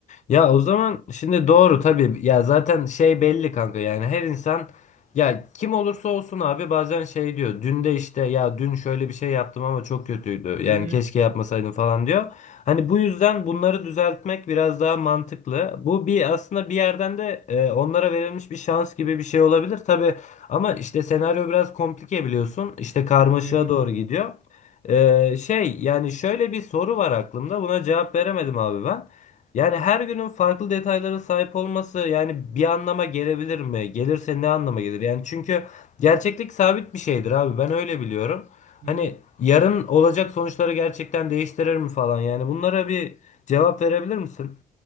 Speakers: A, on the left; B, on the right.
A: Ya o zaman şimdi doğru tabii ya zaten şey belli kanka yani her insan ya kim olursa olsun abi bazen şey diyor dün de işte ya dün şöyle bir şey yaptım ama çok kötüydü yani
B: Hı hı.
A: keşke yapmasaydım falan diyor. Hani bu yüzden bunları düzeltmek biraz daha mantıklı. Bu bir aslında bir yerden de e, onlara verilmiş bir şans gibi bir şey olabilir tabii ama işte senaryo biraz komplike biliyorsun işte karmaşığa
B: Hı hı.
A: doğru gidiyor. Ee, şey yani şöyle bir soru var aklımda buna cevap veremedim abi ben. Yani her günün farklı detaylara sahip olması yani bir anlama gelebilir mi? Gelirse ne anlama gelir? Yani çünkü gerçeklik sabit bir şeydir abi. Ben öyle biliyorum.
B: Hı
A: Hani
B: hı.
A: yarın olacak sonuçları gerçekten değiştirir mi falan? Yani bunlara bir cevap verebilir misin?